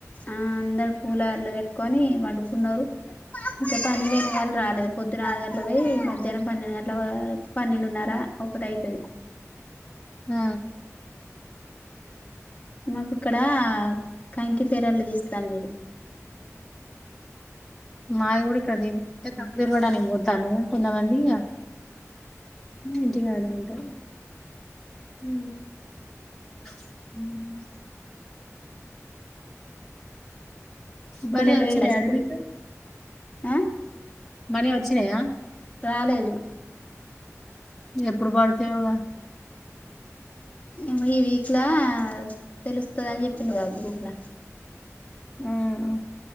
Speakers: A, on the left; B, in the centre.
A: ఆ అందరు కూలర్లు పెట్టుకొని పండుకున్నారు ఇంకా పనికి పోయిన వాళ్ళు రాలేదు పొద్దున ఆరు గంటలకు పోయి మధ్యాహ్నం పన్నెండు గంటల వరకు పన్నెండున్నర ఒకటి అయితది
B: ఆ
A: మాకు ఇక్కడ ఆ కంకి పెరల్లు తీస్తాన్లు
B: మాది ఇక్కడ కంకి ఇరవడానికి పోతాళ్ళు కొంతమంది ఇగ ఇంటికాడే ఉంటారు
A: ఉ
B: హ బడే
A: పిల్లలు
B: వచ్చి
A: వెళ్ళ
B: డాడీ
A: స్కూల్
B: మీకు
A: ఆ
B: మనీ వచ్చినయా
A: రాలేదు
B: ఎప్పుడు పడుతాయోగా
A: ఏమో ఈ వీక్లా తెలుస్తదని చెప్పిండుగా గ్రూప్ల
B: ఊఉ